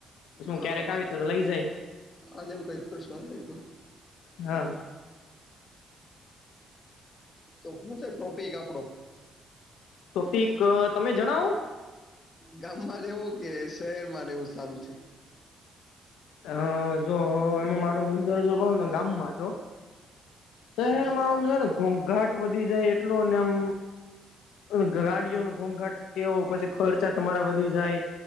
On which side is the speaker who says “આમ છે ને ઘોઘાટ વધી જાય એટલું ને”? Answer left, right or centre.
Left